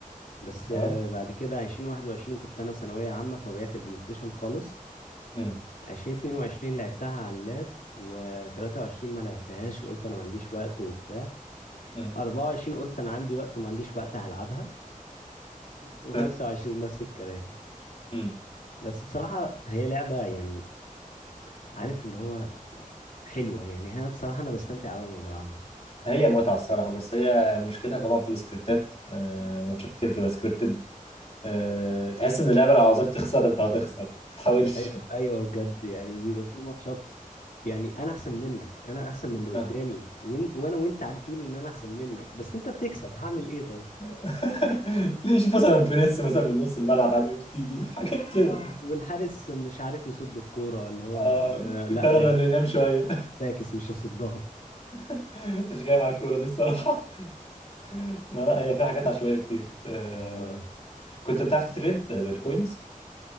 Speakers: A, on the left (about 75°); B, on the left (about 45°).
A: بس
B: آه.
A: آه، بعد كده عشرين واحد وعشرين كنت انا ثانوية عامة فبعت البلاي ستيشن خالص
B: مم.
A: عشرين اتنين وعشرين لعبتها على اللاب وتلاتة وعشرين ما لعبتهاش قلت أنا ما عنديش وقت وبتاع
B: مم.
A: أربعة وعشرين قلت أنا عندي وقت ما عنديش وقت هلعبها وخمسة
B: <laughs>
A: وعشرين نفس الكلام
B: مم.
A: بس بصراحة هي لعبة يعني عارف اللي هو حلوة يعني هي بصراحة أنا بستمتع أوي لما بلعبها
B: هي متعة الصراحة بس هي مشكلتها طبعا في السكريبتات آه، ماتشات كتير بتبقى سكريبتد آه، تحس إن اللعبة لو عاوزاك تخسر أنت هتخسر ما تحاولش
A: أيوة أيوة بجد يعني بيبقى في ماتشات يعني أنا أحسن منك أنا أحسن من اللي قدامي
B: <laughs> آه.
A: وإن وأنا وأنت عارفين إن أنا أحسن منك بس أنت بتكسب هعمل إيه طيب؟
B: <laughs> ليه شوف مثلا فينيس مثلا من نص الملعب عادي بتيجي حاجات
A: اه
B: كده
A: والحارس مش عارف يصد الكورة اللي هو
B: آه
A: آه لا
B: قرر
A: فاكس
B: انه ينام شويه
A: فاكس مش هصدها
B: <laughs> مش جاي مع الكوره دي الصراحه <laughs> ما لا هي فيها حاجات عشوائيه كتير آه
A: آه
B: كنت بتعرف تتريد بالكوينز